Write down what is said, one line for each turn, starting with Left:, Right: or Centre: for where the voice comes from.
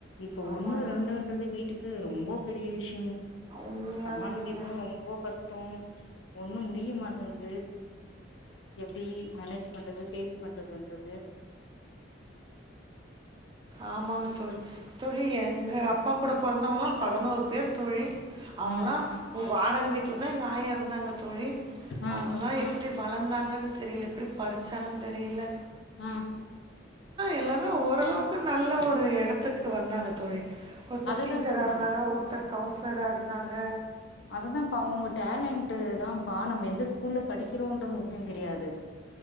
Left: இப்ப
Right: ஆமாங்க
Left: ஒன்னு ரெண்டுன்றது வீட்டுக்கு ரொம்போ பெரிய விஷ்
Right: உண்மையாலுமேங்க
Left: சமாளிக்கதும் ரொம்ப கஷ்டம் ஒண்ணும் முடிய மாட்டேந்து எப்படி மேனேஜ் பண்றது பேஸ் பண்றது <unintelligible>
Right: ஆமாங்க தேழி தோழி எங்கப் அப்பா கூட பிறந்தவங்கலாம் பதினோரு பேர்த்தோழி அவங்கல்லாம்
Left: ம்
Right: உ வாடக வீட் இ தான் எங்க ஆயா இருந்தாங்க தோழி
Left: ம்
Right: அவங்கலம் எப் எப்படி வளர்ந்தாங்கன்னு தெரியல எப்படி படிச்சாங்கன்னு தெரியல
Left: ஆஹ்
Right: எல்லாமே ஓரளவு உக்க நல்ல ஒரு இடத்துக்கு வந்தாங்க தோழி ஒருத்தர்
Left: அதுதா
Right: டீச்சரா
Left: சொல்றே
Right: இருந்தாங்க ஒருத்தர் கவுன்சிலரா இருந்தாங்க
Left: அதுதான்ப்பா அவங்கவுங்க டேலண்ட் தான்ப்பா நம்ம எந்த ஸ்கூல்ல படிக்கிறோம்ன்றது முக்கியம் கெடையாது